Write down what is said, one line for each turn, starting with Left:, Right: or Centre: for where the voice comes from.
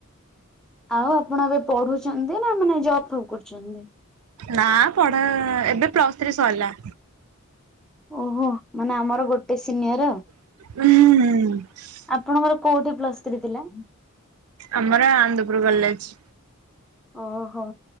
Centre: ଆଉ ଆପଣ ଏବେ ପଢୁଛନ୍ତି ନା ମାନେ ଜବ ଫବ କରୁଛନ୍ତି?
Right: ନା ପଢେ ଏବେ ପ୍ଲସ୍ ଥ୍ରୀ ସରିଲା।
Centre: ଓହୋ ମାନେ ଆମର ଗୋଟେ ସିନିୟର।
Right: ହୁଁ ହୁଁ।
Centre: ଆପଣଙ୍କର କୋଉଠି ପ୍ଲସ୍ ଥ୍ରୀ ଥିଲା?
Right: ଆମର ଆନ୍ଦପୁର କଲେଜ।
Centre: ଓହୋ।